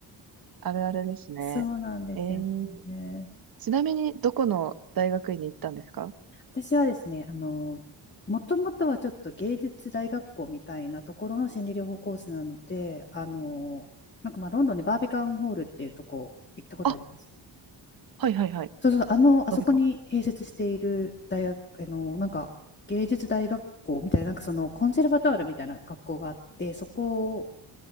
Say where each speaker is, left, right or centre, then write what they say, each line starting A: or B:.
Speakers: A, on the right; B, on the left.
A: あるあるですね。
B: そうなんですよね。
A: えー、ちなみに、どこの大学院に行ったんですか
B: 私はですね、あの、もともとはちょっと芸術大学校みたいなところの心理療法コースなので、あの、なんかまあロンドンでバービカンホールっていうとこ行ったことあります。
A: あ、はいはいはい。
B: そうそう、あの、あそこに併設している大学、
A: 飛ビ込
B: あの、なんか芸術大学校みたいな、なんかそのコンセルバトールみたいな学校があって、そこ